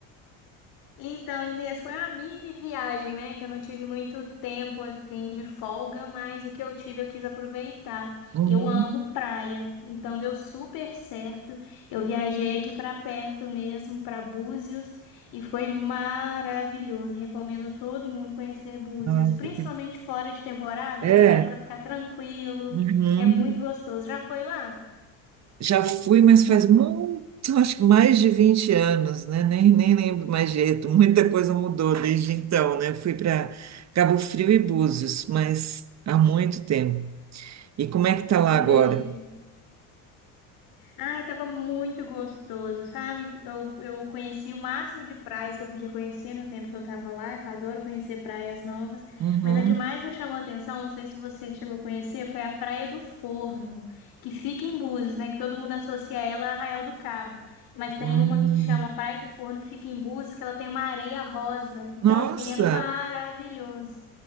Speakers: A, on the left (about 65°); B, on the right (about 45°).
A: então, Inês, foi uma mini viagem, né? Que eu não tive muito tempo assim de folga, mas o que eu tive eu quis aproveitar.
B: Uhum.
A: E Eu amo praia, então deu super certo. Eu viajei aqui pra perto mesmo, pra Búzios, e foi maravilhoso. Recomendo todo mundo conhecer Búzios,
B: Nossa,
A: principalmente
B: que-
A: fora de temporada,
B: é.
A: porque dá pra ficar tranquilo,
B: Uhum.
A: é muito gostoso. Já foi lá?
B: Já fui, mas faz muito, acho que mais de 20 anos, né? Nem, nem lembro mais jeito. <laughs> Muita coisa mudou desde então, né? Eu fui para Cabo Frio e Búzios, mas há muito tempo. E como é que tá lá
A: Entendi.
B: agora?
A: Ai, tava muito gostoso, sabe? Eu, eu conheci o máximo de praias que eu podia conhecer no tempo que eu tava lá, que eu adoro conhecer praias novas.
B: Uhum.
A: Mas a que mais me chamou a atenção, não sei se você chegou a conhecer, foi a Praia do Forno, que fica em Búzios, né? Que todo mundo associa ela a Arraial do Cabo. Mas tem
B: Hum,
A: uma que chama Praia do Forno, que fica em Búzios, que ela tem uma areia rosa. Então,
B: nossa!
A: assim, é maravilhoso.